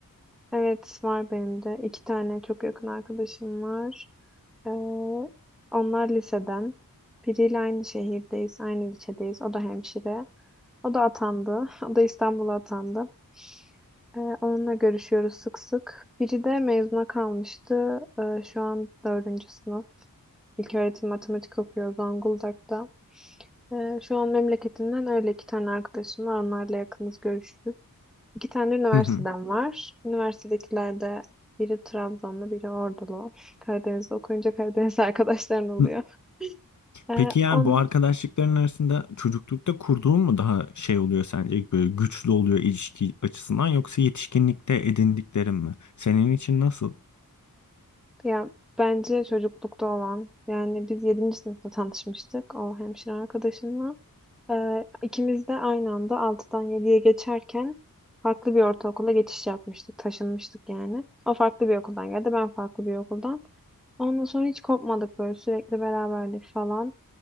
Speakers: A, in the centre; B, on the left.
A: Evet var benim de. İki tane çok yakın arkadaşım var. Ee, onlar liseden. Biriyle aynı şehirdeyiz, aynı ilçedeyiz. O da hemşire. O da atandı. <laughs> O da İstanbul'a atandı. Ee, onunla görüşüyoruz sık sık. Biri de mezuna kalmıştı. Ee, şu an dördüncü sınıf. İlköğretim matematik okuyor Zonguldak'ta. Ee, şu an memleketinden öyle iki tane arkadaşım var. Onlarla yakınız görüşürüz. İki tane üniversiteden
B: Hı
A: var. Üniversitedekilerde biri Trabzonlu, biri Ordulu. Karadeniz'de okuyunca Karadeniz <laughs> arkadaşların oluyor.
B: hı.
A: Ee,
B: Peki yani
A: on,
B: bu arkadaşlıkların arasında çocuklukta kurduğun mu daha şey oluyor sence böyle güçlü oluyor ilişki açısından yoksa yetişkinlikte edindiklerin mi? Senin için nasıl?
A: Ya bence çocuklukta olan yani biz yedinci sınıfta tanışmıştık o hemşire arkadaşımla. Ee, ikimiz de aynı anda altıdan yediye geçerken farklı bir ortaokula geçiş yapmıştık. Taşınmıştık yani. O farklı bir okuldan geldi ben farklı bir okuldan. Ondan sonra hiç kopmadık böyle sürekli beraberdik falan.